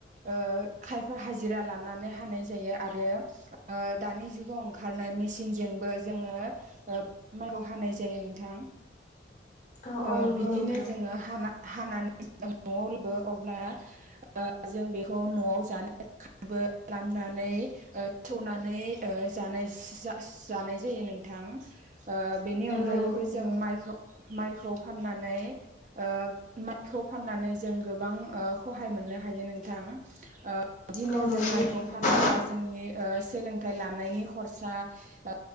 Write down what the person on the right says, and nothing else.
ओ खायफा हाजिरा लानानै हानाय जायो। आरो ओ दानि जुगाव ओंखारनाय मेसिनजोंबो जोङो ओ माइखौ हानाय जायो नोंथां।
ओ
बिदिनो
जोङो हा हानानै <unintelligible> अब्ला ओ जों बेखौ न'आव जानो <unintelligible> बो खालामनानै ओ सौनानै ओ जानाय जा-जानाय जायो नोंथां। ओ बेनि
अनगायैबो
जों माइखौ माइखौ फाननानै ओ माइखौ फाननानै जों गोबां ओ खहाय मोनो नोहायो नोंथां ओ बिदिनो
जों
माय
खौ फानोब्ला जोंनि ओ सोलोंथाइ लानायनि हरसा, ओ